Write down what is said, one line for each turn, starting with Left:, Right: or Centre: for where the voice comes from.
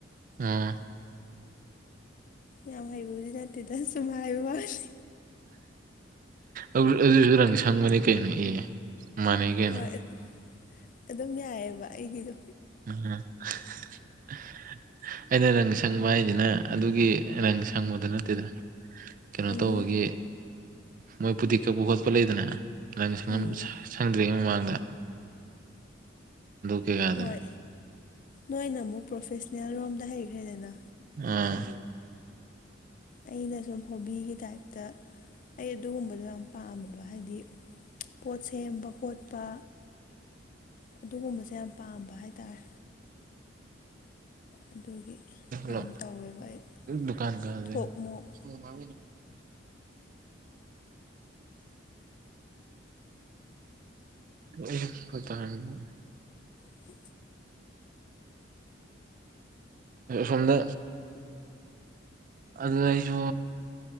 Right: ꯎꯝ
Left: ꯌꯥꯝ ꯍꯩꯕꯕꯨꯗꯤ ꯅꯠꯇꯦꯗ ꯁꯨꯝ ꯍꯥꯏꯕ ꯋꯥꯁꯦ
Right: ꯑꯦ ꯑꯗꯨꯁꯨ ꯔꯪ ꯁꯪꯕꯅꯤ ꯀꯩꯅꯣ ꯑꯦ ꯃꯥꯟꯅꯩ ꯀꯩꯅꯣ
Left: ꯍꯣꯏ ꯑꯗꯨꯝ ꯌꯥꯏꯑꯕ ꯑꯩꯒꯤꯗꯣ
Right: <inaudible> ꯑꯩꯅ ꯔꯪ ꯁꯪꯕ ꯍꯥꯏꯁꯤꯅ ꯑꯗꯨꯒꯤ ꯔꯪ ꯁꯪꯕꯗ ꯅꯠꯇꯦꯗ ꯀꯩꯅꯣ
Left: ꯎꯝ
Right: ꯇꯧꯕꯒꯤ ꯃꯣꯏꯕꯨꯗꯤ ꯀꯛꯄ ꯈꯣꯠꯄ ꯂꯩꯗꯅ ꯔꯪ ꯁꯨꯝ
Left: ꯎꯝ
Right: ꯁꯪꯗ꯭ꯔꯤꯉꯩ ꯃꯃꯥꯡꯗ ꯀꯩꯀꯥꯗꯅꯤ
Left: ꯍꯣꯏ ꯅꯣꯏꯅ ꯑꯃꯨꯛ ꯄ꯭ꯔꯣꯐꯦꯁꯅꯦꯜ ꯔꯣꯝꯗ ꯍꯩꯈ꯭ꯔꯦꯗꯅ
Right: ꯑ
Left: ꯑꯩꯅ ꯁꯨꯝ ꯍꯣꯕꯤꯒꯤ ꯇꯥꯏꯞꯇ ꯑꯩ ꯑꯗꯨꯒꯨꯝꯕꯗꯣ ꯌꯥꯝ ꯄꯥꯃꯦꯕ ꯍꯥꯏꯗꯤ ꯄꯣꯠ ꯁꯦꯝꯕ ꯈꯣꯠꯄ ꯑꯗꯨꯒꯨꯝꯕꯁꯦ ꯌꯥꯝ ꯄꯥꯝꯕ ꯍꯥꯏꯇꯥꯔꯦ ꯑꯗꯨꯒꯤ ꯌꯥꯝ
Right: ꯂꯣ
Left: ꯇꯧꯋꯦꯕ ꯑꯩ
Right: ꯗꯨꯀꯥꯟ ꯀꯗ
Left: ꯊꯣꯛ ꯃꯣꯛ
Right: ꯎꯝ <inaudible> ꯎꯝ
Left: ꯑ
Right: ꯁꯣꯝꯗ ꯑꯗꯨ ꯑꯩꯁꯨ